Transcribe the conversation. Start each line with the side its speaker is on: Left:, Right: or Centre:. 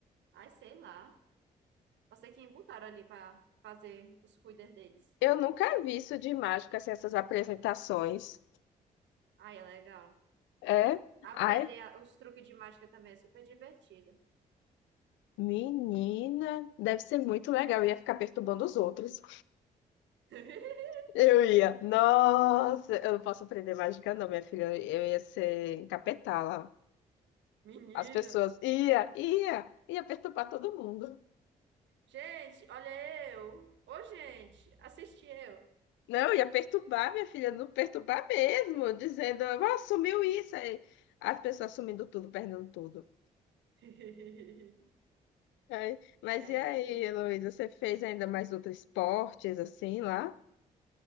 Right: Ai, sei lá. Não sei quem botaram ali para fazer os cuidados deles.
Left: Eu nunca vi isso de mágica, assim, essas apresentações.
Right: Ai, é legal.
Left: É?
Right: Aprender
Left: Ai,
Right: os truques de mágica também é super divertido.
Left: menina, deve ser muito legal. Eu ia ficar perturbando os outros.
Right: <laughs>
Left: Eu ia, nossa, eu não posso aprender mágica, não, minha filha. Eu ia ser encapetada.
Right: Menina.
Left: As pessoas ia, ia, ia perturbar todo mundo.
Right: Gente, olha eu. Ô, gente, assisti eu.
Left: Não, ia perturbar, minha filha, não perturbar mesmo, dizendo, ó, sumiu isso aí. As pessoas sumindo tudo, perdendo tudo.
Right: <laughs>
Left: Aí, mas
Right: É,
Left: e aí,
Right: minha filha.
Left: Heloísa, você fez ainda mais outros esportes assim lá?